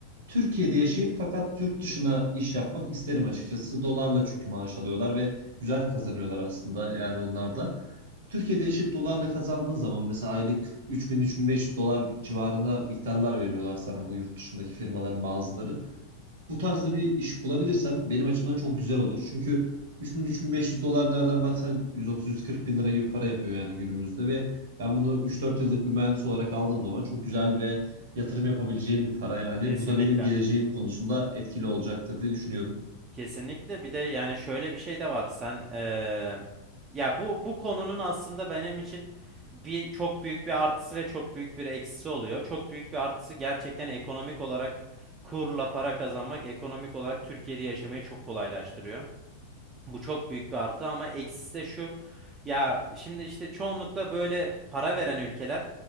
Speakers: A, on the right; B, on the right.
A: Türkiye'de yaşayıp fakat yurt dışına iş yapmak isterim açıkçası. Dolarla çünkü maaş alıyorlar ve güzel kazanıyorlar aslında yani onlar da. Türkiye'de yaşayıp dolarla kazandığın zaman mesela aylık 3000-3500 dolar civarında miktarlar veriyorlar sana bu yurt dışındaki firmaların bazıları. Bu tarzda bir iş bulabilirsem benim açımdan çok güzel olur. Çünkü 3000-3500 dolar nereden baksan 130-140 bin lira gibi para yapıyor yani günümüzde ve ben bunu 3-4 yıllık bir mühendis olarak aldığım zaman çok güzel ve yatırım yapabileceğim bir para yani.
B: Kesinlikle.
A: Bu da benim geleceğim konusunda etkili olacaktır diye düşünüyorum.
B: Kesinlikle bir de yani şöyle bir şey de var sen eee, ya bu bu konunun aslında benim için bir çok büyük bir artısı ve çok büyük bir eksisi oluyor. Çok büyük bir artısı gerçekten ekonomik olarak kurla para kazanmak ekonomik olarak Türkiye'de yaşamayı çok kolaylaştırıyor. Bu çok büyük bir artı ama eksisi de şu. Ya şimdi işte çoğunlukla böyle para veren ülkeler